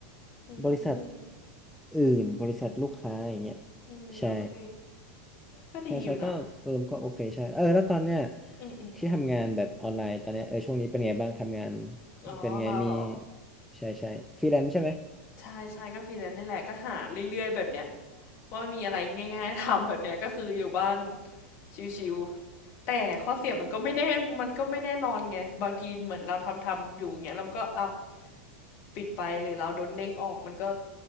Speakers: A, on the left; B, in the centre.
A: อื
B: บริษัท
A: ม
B: อื่นบริษัทลูกค้าอย่างเงี้ย
A: อืมโอเค
B: ใช่
A: ก็ดีอยู่นะ
B: ใช่ใช่ก็รวมก็โอเคใช่เออแล้วตอนเนี้ย
A: อืมอืม
B: ที่ทำงานแบบออนไลน์ตอนเนี้ยเออช่วงนี้เป็นไงบ้างทำงาน
A: อ๋อเราเหรอ
B: เป็นไงมีใช่ใช่ฟรีแลนซ์ใช่ไหม
A: ใช่ใช่ก็ฟรีแลนซ์นี่แหละก็หาเรื่อยๆแบบเนี้ยว่ามีอะไรง่ายๆทำแบบเนี้ยก็คืออยู่บ้านชิวๆ แต่ข้อเสียมันก็ไม่แน่มันก็ไม่แน่นอนไงบางทีเหมือนเราทำทำอยู่อย่างเงี้ยแล้วมันก็เอาปิดไปหรือเราโดนเด้งออกมันก็